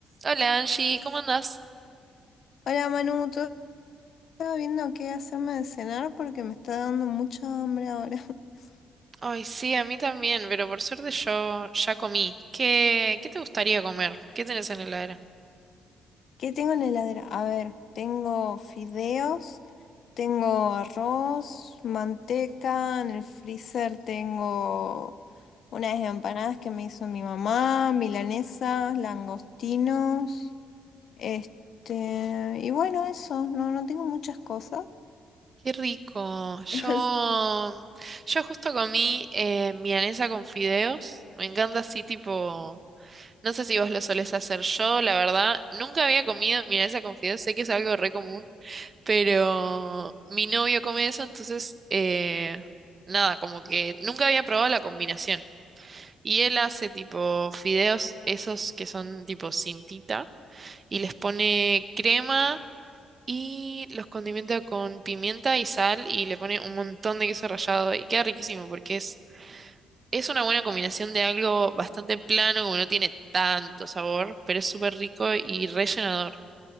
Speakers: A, on the right; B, on the left.
A: Hola Angie, ¿cómo andás?
B: Hola Manu, todo estaba viendo qué hacerme de cenar porque me está dando mucha hambre ahora. <laughs>
A: Ay, sí, a mí también, pero por suerte yo ya comí. ¿Qué, qué te gustaría comer? ¿Qué tenés en la heladera?
B: ¿Qué tengo en la heladera? A ver, tengo fideos, tengo arroz, manteca, en el freezer tengo unas empanadas que me hizo mi mamá, milanesas, langostinos, este, y bueno, eso, no, no tengo muchas cosas.
A: Qué rico. Yo,
B: <laughs>
A: yo justo comí eh, milanesa con fideos. Me encanta así tipo, no sé si vos lo solés hacer yo, la verdad. Nunca había comido milanesa con fideos, sé que es algo re común, pero mi novio come eso, entonces, eh, nada, como que nunca había probado la combinación. Y él hace tipo fideos, esos que son tipo cintita, y les pone crema y los condimenta con pimienta y sal y le pone un montón de queso rallado y queda riquísimo porque es, es una buena combinación de algo bastante plano, como no tiene tanto sabor, pero es súper rico y rellenador.